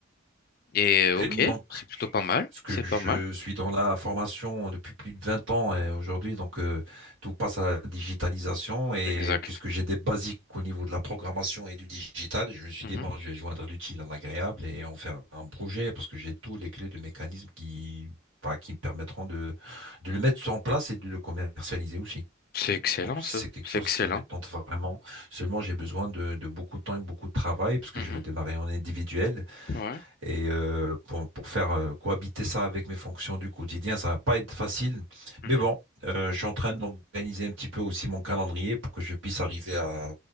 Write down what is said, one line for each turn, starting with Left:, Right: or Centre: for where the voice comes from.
Left: Et ok,
Right: Et donc,
Left: c'est plutôt pas mal.
Right: parce que
Left: C'est
Right: je
Left: pas mal.
Right: suis dans la formation depuis plus de 20 ans et aujourd'hui, donc euh, tout passe à la digitalisation et
Left: Exact.
Right: puisque j'ai des basiques au niveau de la programmation et du digital, je me suis
Left: Mhm.
Right: dit, bon, je vais joindre l'utile à l'agréable et en faire un projet parce que j'ai tous les clés de mécanismes qui, bah, qui me permettront de, de le mettre en place et de le commercialiser aussi.
Left: C'est excellent,
Right: Donc, c'est
Left: ça.
Right: quelque
Left: C'est
Right: chose
Left: excellent.
Right: qui me tente vraiment. Seulement, j'ai besoin de, de beaucoup de temps et beaucoup de travail parce que
Left: Mhm.
Right: je veux démarrer en individuel
Left: Ouais.
Right: et euh, pour, pour faire euh, cohabiter ça avec mes fonctions du quotidien, ça va pas être facile.
Left: Mhm.
Right: Mais bon, euh, je suis en train d'organiser un petit peu aussi mon calendrier pour que je puisse arriver à,